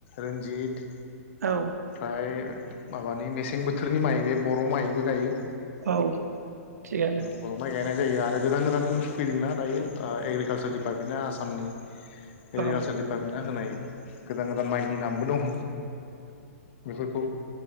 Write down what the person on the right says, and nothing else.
औ
औ थिगानो।
औ